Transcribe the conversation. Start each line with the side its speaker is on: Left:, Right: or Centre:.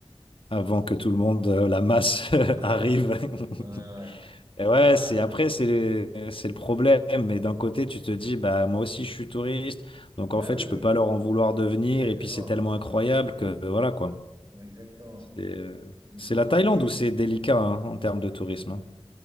Left: avant que tout le monde, euh, la masse
Right: <laughs>
Left: <laughs> arrive. <laughs>
Right: Ouais, ouais, ouais.
Left: Et ouais,
Right: Ouais,
Left: c'est
Right: on est-
Left: après, c'est le, c'est le problème. Mais d'un côté, tu te dis, bah moi aussi, je suis touriste, donc
Right: bah
Left: en fait,
Right: oui,
Left: je peux pas leur en vouloir de venir.
Right: exactement.
Left: Et puis, c'est tellement incroyable que euh, voilà quoi.
Right: Exactement.
Left: C'est euh,
Right: Il
Left: c'est
Right: faut
Left: la
Right: se
Left: Thaïlande
Right: plier
Left: où c'est délicat hein, en termes de tourisme. hein.